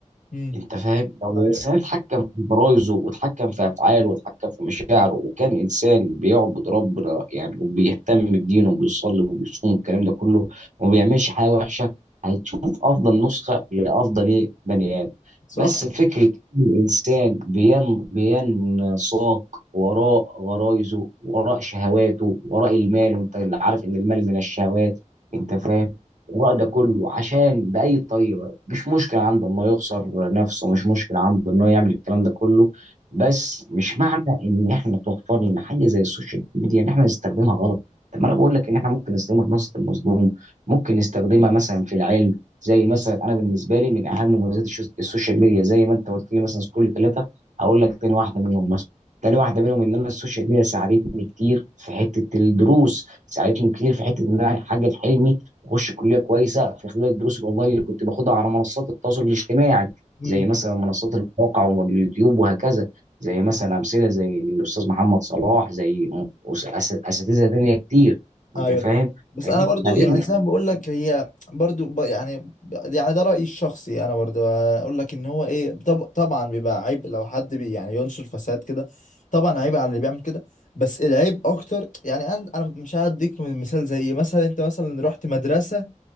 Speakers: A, on the left (about 75°); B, on the right (about 70°).
A: امم
B: انت فاهم لو الانسان
A: ايوه
B: اتحكم في برايزه واتحكم في افعاله واتحكم في مشاعره وكان انسان بيعبد ربنا يعني وبيهتم بدينه وبيصلي وبيصوم والكلام ده كله وما بيعملش حاجه وحشه هتشوف افضل نسخه لافضل ايه بني ادم
A: صح
B: بس فكره ان الانسان بين بينساق وراء غرايزه وراء شهواته وراء المال وانت اللي عارف ان المال من الشهوات انت فاهم وراء ده كله عشان باي طريقه مش مشكلة عنده إنه يخسر نفسه مش مشكلة عنده إنه يعمل الكلام ده كله بس مش معنى إن إحنا توفر لنا حاجة زي السوشيال ميديا إن إحنا نستخدمها غلط طب ما أنا بقول لك إن إحنا ممكن نستخدمها في نصرة المظلوم ممكن نستخدمها مثلا في العلم زي مثلا أنا بالنسبة لي من أهم مميزات الشو- السوشيال ميديا زي ما أنت قلت لي مثلا كل ثلاثة هقول لك تاني واحدة منهم مثلا تاني واحدة منهم إن أنا السوشيال ميديا ساعدتني كتير في حتة الدروس ساعدتني كتير في حتة إن أنا أحقق حلمي واخش كليه كويسه في خلال الدروس الاونلاين اللي كنت باخدها على منصات التواصل الاجتماعي
A: امم
B: زي مثلا منصات المواقع واليوتيوب وهكذا زي مثلا امثله زي الاستاذ محمد صلاح زي م- وس- أس- اساتذه تانيه كتير
A: ايوه
B: انت فاهم؟
A: فاهم بس
B: فدي
A: انا برضو
B: ساعدتني
A: يعني زي ما بقول لك هي برضو ب... يعني ب- يعني ده رايي الشخصي انا برضو اقول لك ان هو ايه طب... طبعا بيبقى عيب لو حد بي يعني ينشر فساد كده طبعا عيب على اللي بيعمل كده بس العيب اكتر يعني انا انا مش هديك مثال زي مثلا انت مثلا رحت مدرسه